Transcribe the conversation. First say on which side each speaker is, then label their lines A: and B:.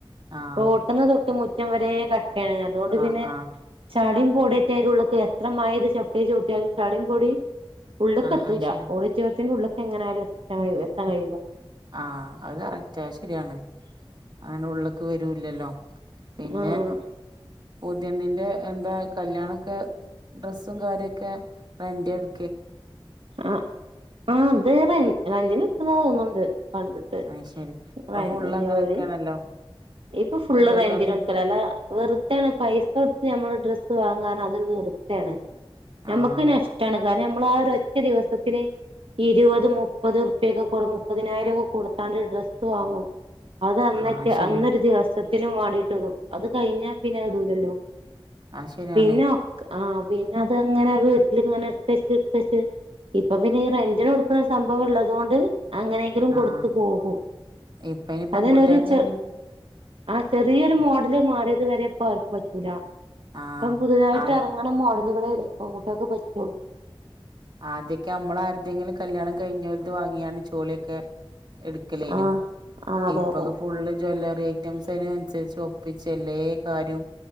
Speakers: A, on the right (about 50°); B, on the right (about 70°).
A: ആഹ്
B: റോട്ടിന്ന് തൊട്ട് മുറ്റം വരെ ക ക്കേണ് അതുകൊണ്ട്
A: ആഹ്
B: പിന്നെ
A: ആഹ്
B: ചാടി പൊടിറ്റയ്നുള്ളക്ക എത്ര മായ്രി ചപ്പേച്ചോട്ടിയാലും ചളീം പൊടിം ഉള്ളൊക്കെ
A: ആഹ്
B: എത്തൂല്ല
A: അയ് ശരിയാ
B: ഓഡിറ്റോറിയത്തിന്റെ ഉള്ളൊക്കേങ്ങനായാലും എതാൻ എത്താൻ കഴിയുല്ല
A: ആഹ് അത് കറക്റ്റാ ശരിയാണ് അങ്ങനെ ഉള്ളേക്ക് വരൂല്ലല്ലോ പിന്നെ
B: ആഹ് ആഹ്
A: പുതിയണ്ണിന്റെ എന്താ കല്യാണൊക്കെ ഡ്രസ്സും കാര്യൊക്കെ റെന്റ് ഏണ്
B: ആഹ് ആ അതെ റെൻ റെന്റിന് എടുത്തതാ തോന്നുണ്ട് കണ്ടിട്ട്
A: അയ് ശരി ഇപ്പൊ
B: റെൻറിനിഓര്
A: ഫുള്ള് അങ്ങനൊക്കെയാണല്ലോ
B: ഇപ്പൊ ഫുള്ള്
A: ജ്വല്ലറി
B: റെന്റിനെടുക്കലല്ലേ വെറുതെയാണ് പൈസ കൊടുത്ത് ഞമ്മൾ ഡ്രസ്സ് വാങ്ങാറ് അതൊരു വെറുത്തയാണ് നമ്മുക്ക്
A: ആഹ്
B: നഷ്ടണ് കാരണം നമ്മളാ ഒരൊറ്റ ദിവസത്തിന് ഇരുപത് മുപ്പത് റുപ്യൊക്കെ കൊടു മുപ്പതിനായിരം ഒക്കെ കൊടുത്താണ്ട് ഡ്രസ്സ് വാങ്ങു അത്
A: ആഹ് അത് ശരിയാ
B: അന്നെറ്റ സത്തിനും വാണ്ടിട്ട്ടും അത് കഴിഞ്ഞാ പിന്നെ അത് ഇടൂലല്ലോ
A: അത് ശരിയാണ്
B: പിന്നെ ഒക്ക് ആഹ് പിന്നെ അത് അങ്ങനത് വീട്ടില് ഇങ്ങനെ എടുത്തച്ച് എടുത്തച്ച് ഇപ്പൊ പിന്നെ ഈ റെന്റിന് കൊടുക്കുന്ന സംഭവംള്ളതുകൊണ്ട് അങ്ങനെങ്കിലും
A: ആഹ്
B: കൊടുത്തു പോകും
A: ഇപ്പ അയിന് പെൺകുട്ടികൾക്ക്
B: അതൊരു ച ആ ചെറിയൊരു മോഡല് മാറിയത് വരെ ഇപ്പ ആർക്കും പറ്റൂല
A: ആഹ്
B: ഇപ്പം പുതുതായിട്ട്
A: ആ
B: ഇറങ്ങണ മോഡലുകളെ പെൺകുട്ടികക്ക് പറ്റുള്ളൂ
A: ആദ്യൊക്കെ നമ്മളാരുടേങ്കിലും കല്യാണം കഴിഞ്ഞവര്ത് വാങ്ങിയാണ് ജോളിയൊക്കെ എടുക്കലേനു
B: ആഹ് ആ അതെ
A: ഇപ്പൊക്കെ
B: അതെ
A: ഫുള്ള് ജ്വല്ലറി ഐറ്റംസ് അനുസരിച്ച് ഒപ്പിച്ച് എല്ലേ കാര്യം